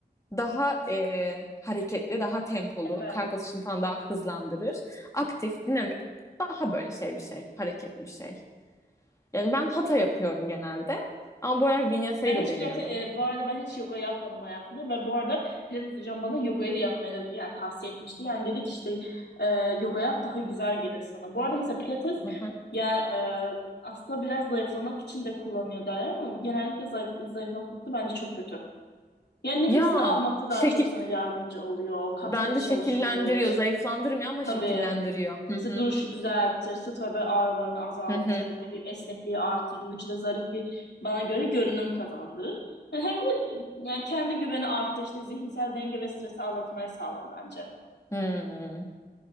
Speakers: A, on the left; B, on the left.
A: daha e, hareketli, daha tempolu,
B: Evet.
A: kalp atışını falan daha hızlandırır. Aktif, dinamik, daha böyle şey bir şey, hareketli bir şey. Yani ben Hatha yapıyorum genelde ama bu aralar Vinyasa'yı
B: Ben
A: da
B: hiç
A: deniyorum.
B: pilates, e, bu arada ben hiç yoga yapmadım hayatımda ve bu arada pilates hocam bana yogayı da yapmayı da- yani tavsiye etmişti. Yani dedik işte e, yoga yap daha güzel gelir sana. Bu arada mesela pilates
A: Hı hı.
B: ya e, aslında biraz zayıflamak için de kullanıyor derler ama genellikle zayıf, zayıflatmakta bence çok kötü. Yani nefesini
A: Ya
B: almakta daha
A: şekil,
B: çok sana yardımcı oluyor. Kasları
A: Bence
B: çalıştırır.
A: şekillendiriyor, zayıflandırmıyor ama
B: Tabii.
A: şekillendiriyor. Hı hı,
B: İşte duruşu düzeltir, sırt ve bel ağrılarını azaltır,
A: hı hı.
B: ne bileyim esnekliği artırır, vücuda zarif bir bana göre görünüm kazandırır. Yani hem de e, yani kendi güveni arttırır, işte zihinsel denge ve stresi azaltmaya sağlar bence.
A: Hmm.